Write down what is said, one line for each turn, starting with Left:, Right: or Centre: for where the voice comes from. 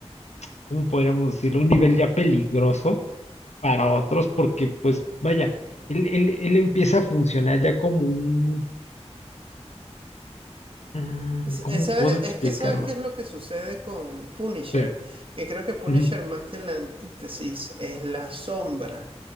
Left: ¿cómo podríamos decirlo? Un nivel ya peligroso para otros, porque pues vaya, él, él, él empieza a funcionar ya como un... mm,
Right: Es,
Left: ¿Cómo
Right: es- ¿sabes?
Left: puedo explicarlo?
Right: es que sabes qué es lo que sucede con Punisher,
Left: Sí.
Right: que creo que Punisher
Left: ujú,
Right: más que la antítesis es la sombra